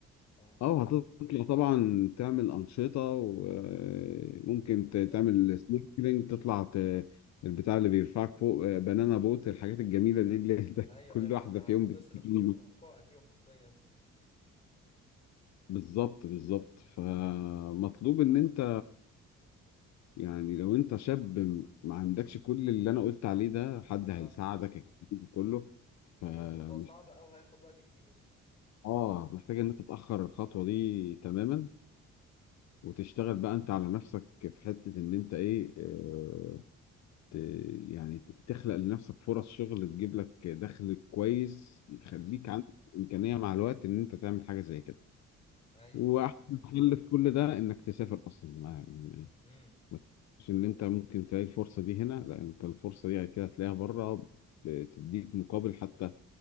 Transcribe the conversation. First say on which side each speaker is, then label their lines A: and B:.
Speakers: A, on the left (about 20°); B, on the left (about 65°).
A: ف
B: اه هتطلع طبعا تعمل أنشطة وممكن
A: بالظبط
B: تعمل سنوركلينج تطلع ت- البتاع اللي بيرفعك فوق آه، بنانا بوت الحاجات الجميلة دي اللي انت
A: ايوه
B: <laughs> كل
A: ايوه
B: واحدة
A: فانت هتصرف
B: في يوم بتجيلي.
A: فيهم هتقع فيهم حرفيا
B: بالظبط بالظبط فمطلوب ان انت يعني لو انت شاب ما عندكش كل اللي انا قلت عليه ده حد
A: <laughs>
B: هيساعدك
A: اه
B: الكلام ده كله
A: هيبقى
B: فمش
A: الموضوع صعب او هياخد وقت كتير
B: اه محتاج ان انت تتأخر الخطوة دي تماما وتشتغل بقى انت على نفسك في حتة ان انت ايه اه ت يعني ت- تخلق لنفسك فرص شغل تجيب لك دخل كويس يخليك
A: امم
B: عندك إمكانية مع الوقت ان انت تعمل حاجة زي كده
A: ايوه
B: واحسن
A: ايوه فهمت
B: حل في كل ده انك تسافر اصلا ما- يعني إيه،
A: امم
B: ما تقولش ان انت ممكن تلاقي الفرصة دي هنا لا انت الفرصة دي كده هتلاقيها بره بتديك مقابل حتى